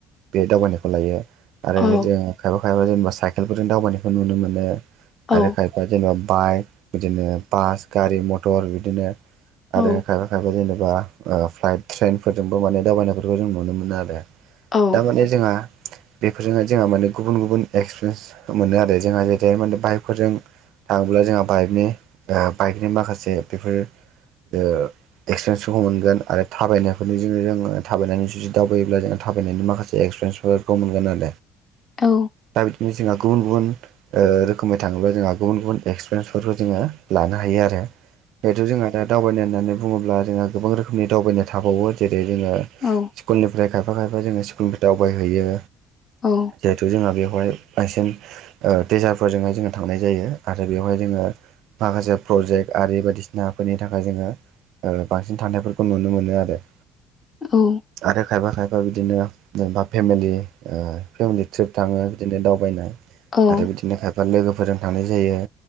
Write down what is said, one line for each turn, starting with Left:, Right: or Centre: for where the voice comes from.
Right: बे दावबायनायखौ लायो। आरो
Left: औ
Right: जों खायफा खायफा जेनेबा साइकेलफोरजों दावबायनायखौ नुनो मोनो
Left: औ
Right: आरो खायफ दा जेनेबा बाइक बिदिनो बास गारि मथर बिदिनो आरो
Left: औ
Right: खायफा खायफा जेनेबा ओह फ्लाइट ट्रेनफोरजोंबो माने दावबायनायफोरखौ जों नुनो मोनो आरो
Left: औ
Right: दामाने जोंहा बेफोरजोंहाय जोंहा माने गुबुन गुबुन एक्सप्रेन्स मोनो आरो जोंहा जेरैहाय माने बाइकफोरजों थाङोब्ला जोंहा बाइकनि ओ बाइकनि माखासे बेफोर ओह एक्सप्रेन्सफोरखौ मोनगोन आरो थाबायनायफोरनिजोंनो जोङो थाबायनानै जुदि दावबायोब्ला जोङो थाबायनायनि माखासे एक्सप्रेन्स वेदखौ मोनगोन आरो
Left: औ
Right: दा बिदिनो जोंहा गुबुन गुबुन ओ रोखोमै थाङोब्ला जोंहा गुबुन गुबुन एक्सप्रेन्सफोरखौ जोङो लानो हायो आरो। बेथ' जोंहा दा दावबायनाय होननानै बुङोब्ला जोंहा गोबां रोखोमनि दावबायनाय थाबावो जेरै जोङो
Left: औ
Right: स्कुनिफ्राय खायफा खायफा जोङो स्कुलनिफाय दावबायहैयो
Left: औ
Right: जेहेथु जोंहा बेवहाय बांसिन ओ तिचारफोरजोंहाय जोङो थांनाय जायो आरो बेवहाय जोङो माखासे प्रजेक्ट आरि बायदिसिना नाफोरनि थाखाय जोङो ओह बांसिन थांनायफोरखौ नुनो मोनो आरो
Left: औ
Right: आरो खायफा खायफा बिदिनो अबा फेमेलि ओह फेमिलि ट्रिप थाङो बिदिनो दावबायनाय
Left: औ
Right: आरो बिदिनो खायफ बा लोगोफोरजों थांनाय जायो